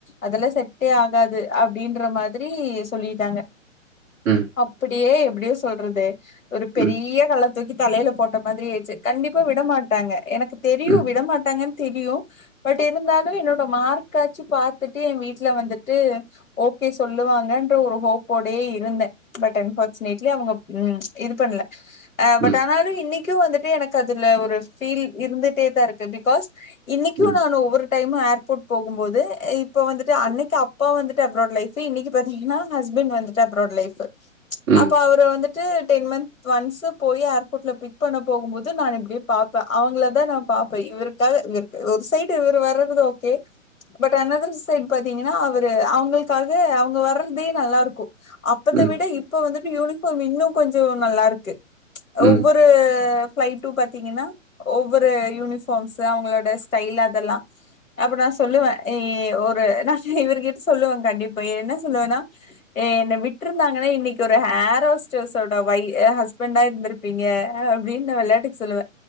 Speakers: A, on the left; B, in the centre.
A: அதெல்லா செட்டே ஆகாது அப்டின்ற மாதிரி சொல்லிட்டாங்க
B: ம்.
A: அப்டியே அப்டியு சொல்றது ஒரு பெரிய
B: ம்.
A: கல்லத் தூக்கி தலைல போட்ட மாத்ரியாச்சு கண்டிப்பா விட மாட்டாங்க எனக் கு தெரியு
B: ம்.
A: விட மாட்டாங்கன் தெரியு பட் இருந்தாலு என்னோ ட மார்க்காச்சு பாத்துட்டு எ வீட்ல வந்துட்டு ஓகே சொல்லுவாங்கன்ற ஒரு ஹோப்போடயே இருந்தே பட் அன்ஃபார்ச்சுனேட்லி அவங்க உம் இது பண்ல அ
B: ம்.
A: பட் ஆனாலு இன்னிக் கு வந்துட்டு எனக்கு அதுல ஒரு ஃபீல் இருந்துட்டே தாருக்கு பிகாஸ் இன்னிக்கு
B: ம்.
A: நான் ஒவ்வொரு டைம் ஏர் போட் போகும்போது இப்ப வந்துட்டு அன்னைக்கு அப்பா வந்துட்டு அப்ரோட் லைஃபு இன்னிக்கு பாத்தீங்கன்னா ஹஸ்பண்ட் வந்துட்டு அப்ரோட் லைஃபு
B: ம்.
A: அப்ப அவரு வந்துட் டு டென் மந்த் ஒன்ஸ் போய் ஏர்போட்ல பிக் பண்ண போகும் போது நான் இப்டியே பாப்பே அவங்கள தா நா பாப்பே இவருக்காக இவர்க்கு ஒரு சைடு இவரு வரது okay but another side பாத்தீங்கன்னா அவ் ஒரு அவங்களுக்காக அவங்க வர்றதே நல்லாருக்கு அப்பத்த
B: ம். ம்.
A: விட இப்ப வந்துட் யூனிபார்ம் இன்னு கொஞ்சோ நல்லாருக்கு ம்ச்
B: ம்.
A: ஒவ்வொரு பிளைட்டு பாத்தீங்கன்னா ஒவ்வொரு யூனிஃபார்ம்ஸ்ஸு அவங்களோட ஸ்டைல் அதெல்லா அப்ப நா சொல்லுவே எ ஒரு நா இவர்கிட்ட சொல்லுவே கண்டிப்பா என்ன சொல்லுவேன்னா என்ன விட்ருந்தாங்கன்னா இன்னைக்கு ஒரு ஏர்ஹோஸ்டஸ் ஒட வை ஹஸ்பண்டா இருந்திருப்பீங்க அப்டின்னு நா வெளையாட்டுக்கு சொல்லுவே